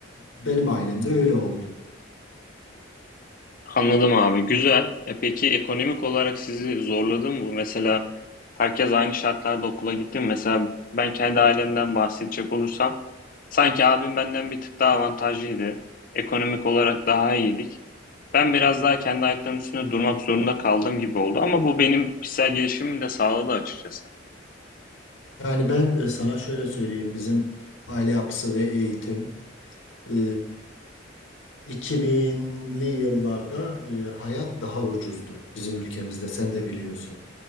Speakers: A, on the left; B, on the left.
A: Benim ailemde öyle oldu.
B: Anladım abi. Güzel. E peki ekonomik olarak sizi zorladı mı bu? Mesela herkes aynı şartlarda okula gitti mi? Mesela ben kendi ailemden bahsedecek olursam sanki abim benden bir tık daha avantajlıydı. Ekonomik olarak daha iyiydik. Ben biraz daha kendi ayaklarımın üstünde durmak zorunda kaldığım gibi oldu ama bu benim kişisel gelişimimi de sağladı açıkçası.
A: Yani ben e, sana şöyle söyleyeyim bizim aile yapısı ve eğitim. e, 2000'li yıllarda e, hayat daha ucuzdu bizim ülkemizde sen de biliyorsun.